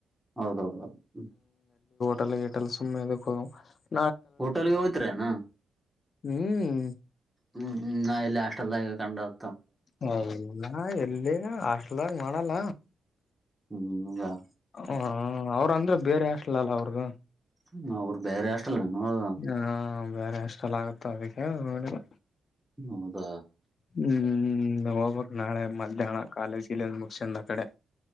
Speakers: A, in the centre; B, on the left.
A: ಹೌದೌದೌದ್.
B: ತೆಲೆ ಗೆಟಲ್ಲ ಸುಮ್ನೆ ಯದುಕ್ ಹೋಗಮ್ ಬರ್ರಿ.
A: ಹೋಟೆಲ್ಗೆ ಹೋಯ್ತ್ರೆನಾ.
B: ಹ್ಮ್
A: ಹ್ಮ್ ಹ್ಮ್ ನ ಹಾಸ್ಟೆಲ್ದಲ್ಲೆ ಡಂ ಡಂ.
B: ಹೌದು ನಾ ಎಲ್ಲಿ. ಹಾಸ್ಟೆಲ್ದಾಗ್ ಮಾಡಲ್ಲ.
A: ಹ್ಮ್ ಹ್ಮ್ ರ.
B: ಹಂಗ ಅವ್ರ್ ಅಂದೆ. ಬೇರೆ ಹಾಸ್ಟೆಲೆಲಾ ಅ ಹುಡ್ಗ.
A: ಹ್ಮ್ ಅವ್ರ್ ಬೇರೆ ಹಾಸ್ಟ್ ಟಲ್ಲೇ ನೋಡ್ದಮ್.
B: ಹ ಬೇರೆ ಹಾಸ್ಟೆಲ್ ಆಗುತ್ತೋ ಅವ್ರಿಗೆ ನೋಡಿಲ್ಲ.
A: ಹ್ಮ್ ಹೌದಾ.
B: ಹ್ಮ್ ಹೋಗ್ಬೇಕ್ ನಾಳೆ ಮಧ್ಯಾಹ್ನ ಕಾಲೇಜ್ ಗಿಲೇಜ್ ಮುಗುಸ್ಕ್ಯಾಂದ ಆ ಕಡೆ.